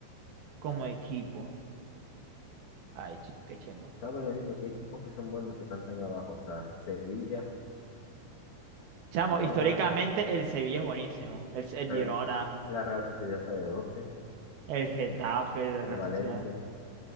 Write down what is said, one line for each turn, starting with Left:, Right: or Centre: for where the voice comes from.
Right: como equipo. Ay, ch- qué chimbo.
Left: Estamos diciendo que hay equipos que son buenos que están tan abajo. O sea, Sevilla,
Right: Chamo,
Left: Girona,
Right: históricamente el Sevilla es buenísimo. El, el
Left: Real,
Right: Girona,
Left: la Real Sociedad está de doce
Right: el Getafe,
Left: el,
Right: el
Left: el
Right: Real
Left: Valencia.
Right: Sociedad.